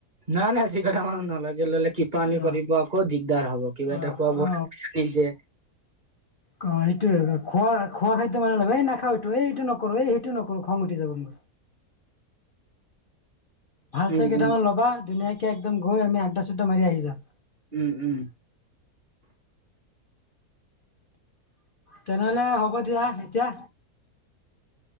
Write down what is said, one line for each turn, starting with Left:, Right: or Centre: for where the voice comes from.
Right: ন, নাই চিকটা মানুহ নলয় <inaudible> কিপাণী
Left: অ
Right: কৰিব আকৌ দিগদাৰ হ'ব, কিবা
Left: অ
Right: এটা খোৱা বোৱা
Left: অ
Right: নিযে
Left: অ, এইটো খোৱা খোৱা খাদ্য মানুহ লে এই নাখা এইটো এইটো নকৰো, এই সেইটো নকৰো, খং উঠি যাব মোৰ। ভাল
Right: উম
Left: চাই কেইটামান
Right: উম
Left: লবা ধুনীয়াকে একদম গৈ আমি আড্ডা-চড্ডা মাৰি আহি যাম।
Right: উম, উম,
Left: তেনেহলে, হ'ব দিয়া এতিয়া।